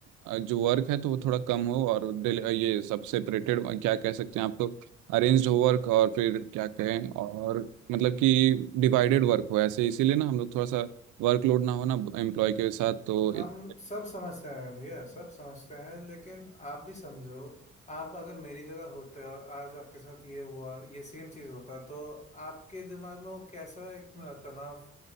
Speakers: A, on the right; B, on the left.
A: अ, जो वर्क है तो वो थोड़ा कम हो और डेल- अ, ये सब सेपरेटेड क्या कह सकते हैं आपको अरेंज्ड हो वर्क और फिर क्या कहें और मतलब कि डिवाइडेड वर्क हो ऐसे इसीलिए ना हम लोग थोड़ा सा वर्कलोड ना हो ना एम्प्लॉय के साथ तो
B: हम
A: इत-
B: सब समझते हैं भैया सब समझते हैं लेकिन आप भी समझो आप अगर मेरी जगह होते और आज आपके साथ ये हुआ ये सेम चीज होता तो आपके दिमाग में वो कैसा एक तनाव